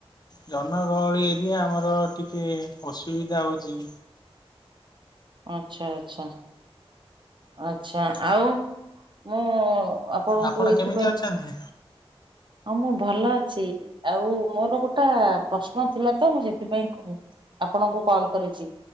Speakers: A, on the left (about 40°); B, on the right (about 50°).
A: ଜନଗହଳି ଏରିଆ ଆମର ଟିକିଏ ଅସୁବିଧା ହେଉଚି।
B: ଆଚ୍ଛା ଆଚ୍ଛା। ଆଚ୍ଛା ଆଉ ମୁଁ ଆପଣଙ୍କୁ
A: ଆପଣ
B: ଏଇଥି
A: କେମିତି
B: ପାଇଁ
A: ଅଛନ୍ତି?
B: ହଁ ମୁଁ ଭଲ ଅଛି ଆଉ ମୋର ଗୋଟା ପ୍ରଶ୍ନ ଥିଲା ତ ମୁଁ ସେଥିପାଇଁ କହୁଥିଲି। ଆପଣଙ୍କୁ କଲ୍ କରିଚି।